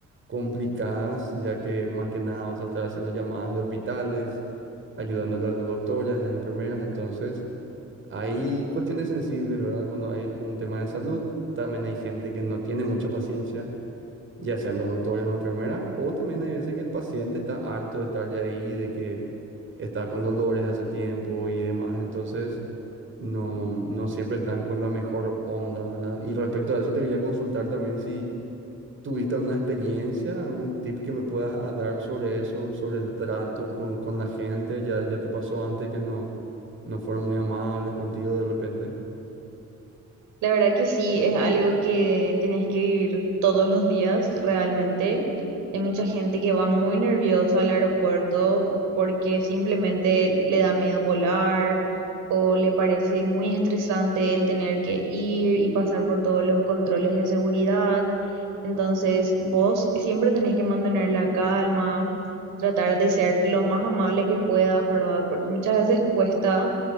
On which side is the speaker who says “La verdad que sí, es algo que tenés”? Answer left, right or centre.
Right